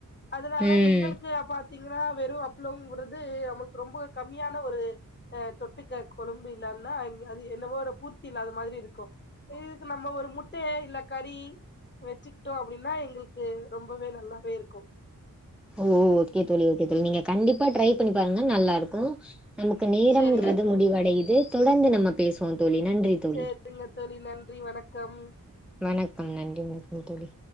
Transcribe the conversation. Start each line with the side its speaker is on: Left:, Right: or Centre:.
Left: அதனால
Centre: ம்
Left: எங்களுக்கு அப் பாத்தீங்கன்னா வெறு அப்பளோங்கிறது நம்மளுக்கு ரொம்ப கம்மியான ஒரு அ தொட்டுக்க கொழம்பு இல்லான்னா அது என்னவோ ஒரு பூர்த்தி இல்லதா மாதிரி இருக்கு இதுக்கு நம்ம ஒரு முட்டை இல்ல கறி வச்சுக்கிட்டோம் அப்டின்னா எங்களுக்கு ரொம்பவே நல்லாவே இருக்கு
Centre: ஒ ஓகே தோழி ஓகே தோழி நீங்க கண்டிப்பா ட்ரை பண்ணி பாருங்கா நல்லா இருக்கு நமக்கு நேரங்கறது
Left: சேரிங்க தோழி
Centre: முடிவடையுது தொடர்ந்து நம்ம பேசுவோ தோழி நன்றி தோழி
Left: சேரிங்கத் தோழி நன்றி வணக்கம்
Centre: வணக்கம் நன்றி வணக்கம் தோழி